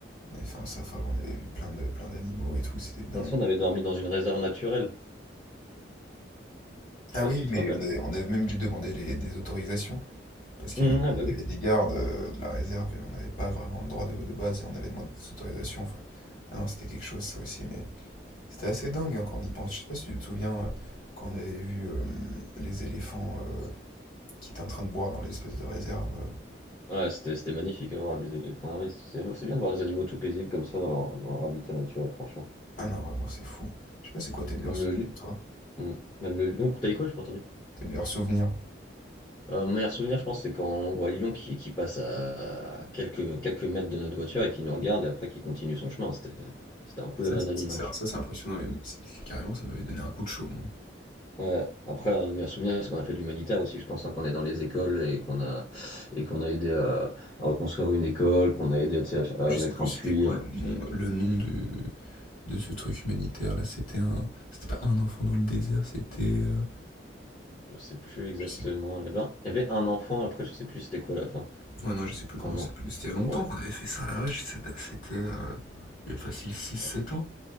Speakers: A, on the left (about 45°); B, on the left (about 20°).
A: On avait fait un safari, on avait vu plein de, plein d'animaux et tout, c'était dingue.
B: Là-dessus, on avait dormi dans une réserve naturelle. Je
A: Ah
B: sais pas
A: oui,
B: si tu
A: mais
B: te rappelles.
A: on avait, on avait même dû demander les- des autorisations, parce qu'il
B: Hum,
A: y avait
B: ah
A: il
B: bah oui.
A: y avait des gardes euh, de la réserve et on n'avait pas vraiment le droit de, de base et on avait demandé des autorisations. Enfin, ah non, c'était quelque chose ça aussi, mais c'était assez dingue hein, quand on y pense. Je sais pas si tu te souviens euh, quand on avait vu euh, les éléphants euh, qui étaient en train de boire dans l'espèce de réserve. euh.
B: Ouais, c'était c'était magnifique à voir les éléphants à risque. C'est c'est bien de voir des animaux tout paisibles comme ça dans leur, dans leur habitat naturel, franchement.
A: Ah non, vraiment, c'est fou. Je sais pas c'est quoi tes meilleurs
B: Même
A: souvenirs,
B: le lion.
A: toi?
B: hmm. Même le lion. T'as dit quoi, j'ai pas entendu?
A: Tes meilleurs souvenirs.
B: Euh, mon meilleur souvenir, je pense, c'est quand on voit le lion qui, qui passe à quelques, quelques mètres de notre voiture et qui nous regarde et après qui continue son chemin. C'était c'était un coup
A: Ça,
B: d'adrénaline,
A: ça, ça, ça-
B: hein, je
A: ça,
B: trouve.
A: c'est impressionnant, mais c'est- c'est carrément, ça m'avait donné un coup de chaud, moi.
B: Ouais, après, un meilleur souvenir, c'est qu'on a fait de l'humanitaire aussi, je pense, hein, qu'on est dans les écoles et qu'on a, et qu'on a aidé à, à reconstruire une école, qu'on a aidé tu sais, à,
A: Je
B: à mettre
A: sais plus
B: un
A: c'était
B: puits.
A: quoi
B: hein.
A: le nom, le nom de, de ce truc humanitaire, là. C'était un... C'était pas un enfant dans le désert, c'était... euh,
B: Je sais plus exactement.
A: Je sais...
B: Il y avait un, il y avait un enfant, après je sais plus c'était quoi la fin.
A: Ouais, non, je sais plus comment
B: Un
A: ça
B: an.
A: s'appelle. mais C'était il y a longtemps
B: Ouais.
A: qu'on avait fait ça, la vache. ça da- C'était... euh, Il y a facile six
B: Ça-
A: sept ans.